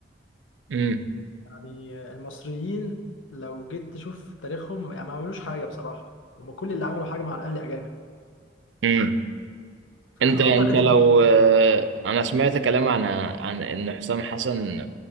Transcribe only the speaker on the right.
امم
امم انت
انت لو
آه، انا سمعت كلام عن عن ان حسام حسن